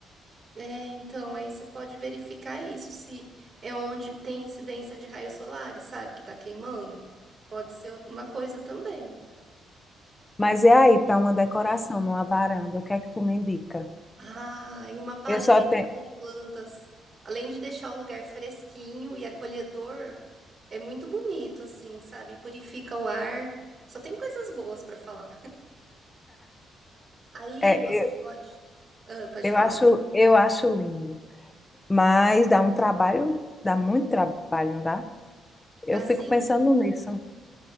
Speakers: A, on the right; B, on the left.
A: É, então, aí você pode verificar isso, se é onde tem incidência de raios solares, sabe, que tá queimando. Pode ser uma coisa também.
B: Mas é aí, para uma decoração numa varanda, o que é que tu me indica?
A: Ah, e uma parede
B: Eu só tenho.
A: só de plantas. Além de deixar o lugar fresquinho e acolhedor, é muito bonito, assim, sabe? Purifica o ar. Só tem coisas boas pra falar. Aí
B: É,
A: você
B: eu,
A: pode. Ah, pode
B: eu
A: falar.
B: acho, eu acho lindo. Mas dá um trabalho, dá muito trabalho, não dá?
A: Dá
B: Eu fico
A: sim?
B: pensando nisso.